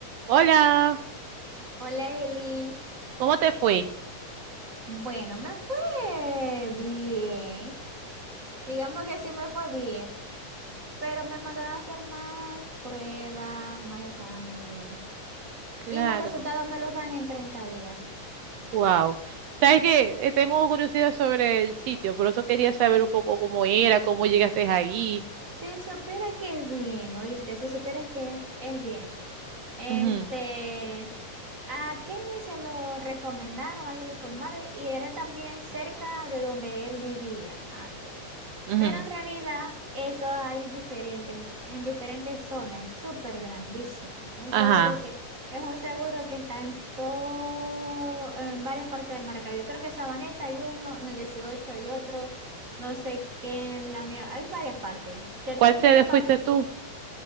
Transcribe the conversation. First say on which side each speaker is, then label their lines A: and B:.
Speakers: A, on the right (about 80°); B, on the right (about 40°).
A: Hola,
B: Hola Eli,
A: ¿cómo te fue?
B: bueno, me fue bien, digamos que sí me fue bien, pero me mandaron a hacer más pruebas, más exámenes
A: Claro.
B: y los resultados me los dan en 30 días.
A: Wow. Sabes que tengo curiosidad sobre el sitio, por eso quería saber un poco cómo era, cómo llegaste ahí.
B: Se supera que es bien, ¿oíste? Se supera que es bien. Este,
A: Ujú,
B: a Kenny se lo recomendaron, alguien lo informaron y era también cerca de donde él vivía antes.
A: ujú,
B: Pero en realidad eso hay diferentes, en diferentes zonas, súper grandísimo. Un seguro
A: Ajá.
B: que es un seguro que está en todo, en varias partes de Maracaibo. Yo creo que Sabaneta hay uno, en el 18 hay otro, no sé qué en la unidad. Hay varias partes. Ya
A: ¿Cuál
B: tengo
A: sede
B: que quepar.
A: fuiste tú?